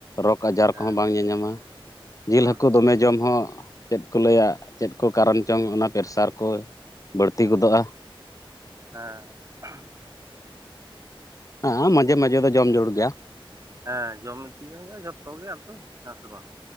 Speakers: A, on the left (about 35°); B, on the right (about 35°).
A: ᱨᱳᱜᱽ ᱟᱡᱟᱨ
B: ᱦᱮᱸ
A: ᱠᱚᱦᱚᱸ ᱵᱟᱝ ᱧᱟ-ᱧᱟᱢᱟ ᱾ ᱡᱤᱞ
B: ᱦᱮᱸ
A: ᱦᱟᱹᱠᱩ ᱫᱚᱢᱮ ᱡᱚᱢ ᱦᱚᱸ ᱪᱮᱫ ᱠᱚ ᱞᱟᱹᱭᱟ ᱪᱮᱫ ᱠᱚ ᱠᱟᱨᱚᱱ ᱪᱚᱝ ᱚᱱᱟ ᱯᱮᱨᱥᱟᱨ ᱠᱚ ᱛᱤ ᱜᱮᱫᱚᱜᱼᱟ ᱾
B: ᱦᱮᱸ ᱾
A: ᱦᱟᱸ ᱟ ᱢᱟᱡᱮ ᱢᱟᱡᱮ
B: ᱛᱚ
A: ᱫᱚ ᱡᱚᱢ ᱡᱩᱲ ᱜᱮᱼᱟ ᱾
B: ᱦᱮᱸ ᱡᱚᱢ ᱛᱤᱭᱟ ᱢᱟ ᱡᱷᱚᱛᱚ ᱜᱮ ᱟᱫᱚ ᱦᱮᱸ ᱥᱮ ᱵᱟᱝ?